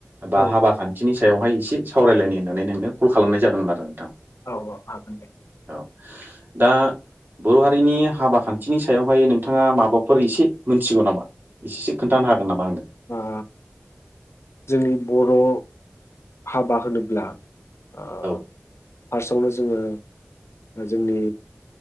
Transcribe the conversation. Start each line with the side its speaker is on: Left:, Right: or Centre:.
Right: बा
Left: औ
Right: हाबा खान्थिनि सायावहाय एसे सावरायलायनो होननानै नोंनो कल खालामनाय जादोंमोन आरो।
Left: औ औ हागोन दे।
Right: औ दा बर' हारिनि हाबा खान्थि। बिथिनि सायावहाय नोंथाङा माबाफोर एसे मिथिगौ नामा एसेसो खोनन्थानो हागोन नामा आंनो।
Left: ओ जोंनि बर'। हाबा होनोब्ला फार्स्टआवनो
Right: औ
Left: जोंङो। जोंनि